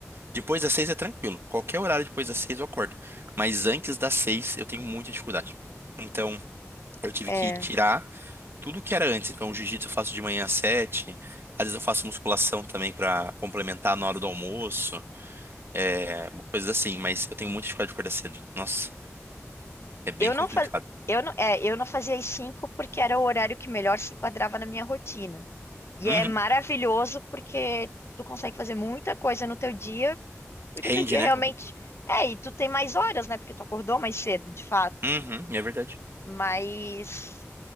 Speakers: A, on the right; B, on the left.
A: Depois das seis é tranquilo. Qualquer horário depois das seis eu acordo. Mas antes das seis eu tenho muita dificuldade. Então, eu tive
B: É,
A: que tirar. tudo que era antes. Então, o jiu-jitsu eu faço de manhã às sete. Às vezes eu faço musculação também pra complementar na hora do almoço. É, uma coisa assim, mas eu tenho muito dificuldade de acordar cedo. Nossa, é bem
B: eu
A: complicado.
B: não fa... eu não, é, eu não fazia às cinco porque era o horário que melhor se enquadrava na minha rotina. E
A: Uhum.
B: é maravilhoso porque tu consegue fazer muita coisa no teu dia, porque
A: Rende,
B: teu dia
A: né?
B: realmente é, e tu tem mais horas, né? Porque tu acordou mais cedo, de fato.
A: Uhum, é verdade.
B: Mas,